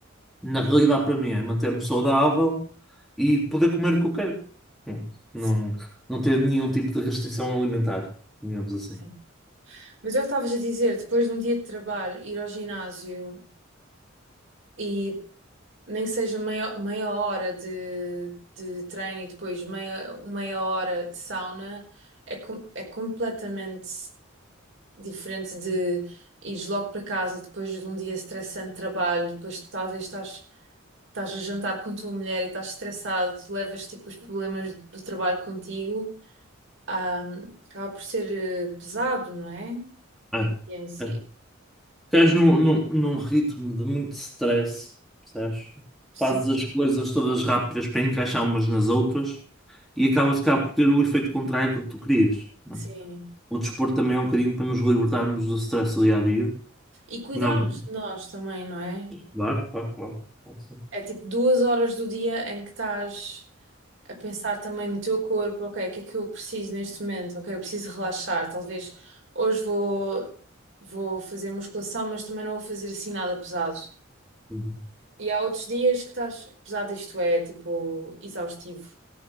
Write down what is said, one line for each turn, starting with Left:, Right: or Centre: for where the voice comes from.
Centre: Na realidade, para mim, é manter-me saudável e poder comer o que eu quero. Pronto.
Right: sim,
Centre: Não, não ter nenhum tipo de restrição alimentar, digamos assim.
Right: sim. Mas eu estavas a dizer, depois de um dia de trabalho, ir ao ginásio e nem que seja meia, meia hora de, de treino e depois meia, meia hora de sauna, é, com- é completamente diferente de ires logo para casa depois de um dia estressante de trabalho, depois talvez estás estás a jantar com a tua mulher e estás estressado, levas tipo os problemas do trabalho contigo, ah, acaba por ser eh, pesado, não é?
Centre: É,
Right: O dia em si.
Centre: é. Estás num, num, num ritmo de muito stress, percebes?
Right: Sim,
Centre: Fazes as coisas todas rápidas para encaixar umas nas outras e acabas cá por ter o efeito contrário que tu querias. não
Right: sim.
Centre: é? O desporto também é um bocadinho para nos libertarmos do stress do dia a dia.
Right: E cuidarmos
Centre: Nós...
Right: de nós também, não é?
Centre: Claro, claro, claro. Claro que sim.
Right: É tipo duas horas do dia em que estás a pensar também no teu corpo, ok, o que é que eu preciso neste momento? Ok, eu preciso relaxar, talvez hoje vou, vou fazer musculação, mas também não vou fazer assim nada pesado.
Centre: Uhum,
Right: E há outros dias que estás, apesar disto é tipo exaustivo.